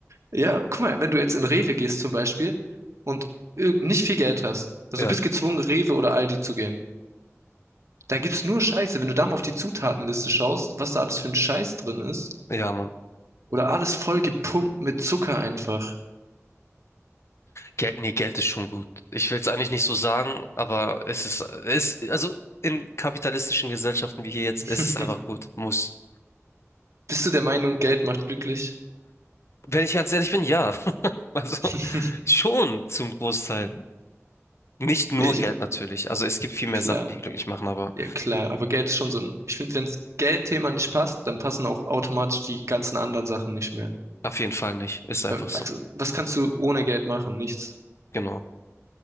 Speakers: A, on the right (about 65°); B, on the left (about 60°).
A: Ja, guck mal, wenn du jetzt in Rewe gehst zum Beispiel und ir- nicht viel Geld hast, also
B: ja,
A: du bist gezwungen, Rewe oder Aldi zu gehen. Da gibt's nur Scheiße. Wenn du da mal auf die Zutatenliste schaust, was da alles für ein Scheiß drin ist,
B: ja, Mann.
A: oder alles voll gepumpt mit Zucker einfach.
B: Geld, nee, Geld ist schon gut. Ich will es eigentlich nicht so sagen, aber es ist, es, also in kapitalistischen Gesellschaften wie hier jetzt,
A: <laughs>
B: es ist einfach gut. Muss.
A: Bist du der Meinung, Geld macht glücklich?
B: Wenn ich ganz ehrlich bin, ja. <laughs> Also
A: <laughs>
B: schon zum Großteil. Nicht nur
A: Ich,
B: Geld natürlich. Also es gibt viel mehr
A: klar,
B: Sachen, die glücklich machen, aber
A: ja klar, aber Geld ist schon so ein, ich finde, wenns Geldthema nicht passt, dann passen auch automatisch die ganzen anderen Sachen nicht mehr.
B: auf jeden Fall nicht. Ist einfach
A: Äh,
B: so.
A: Was, was kannst du ohne Geld machen? Nichts.
B: Genau.